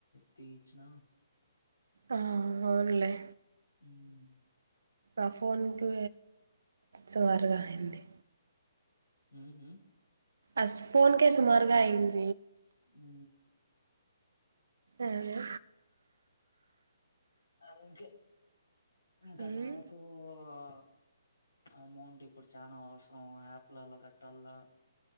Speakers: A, on the left; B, on the right.
A: తీయిచ్చిన
B: ఆ అవునులే
A: ఉమ్
B: ఆ ఫోన్కి సుమారుగా అయింది
A: ఉ ఉ
B: అస్ ఫోన్కే సుమార్గాయింది
A: ఉ
B: అదే
A: అంకె ఇంక
B: ఉమ్
A: నాకూ ఆ అమౌంట్ ఇప్పుడు చానాా అవసరం యాప్లలో కట్టాల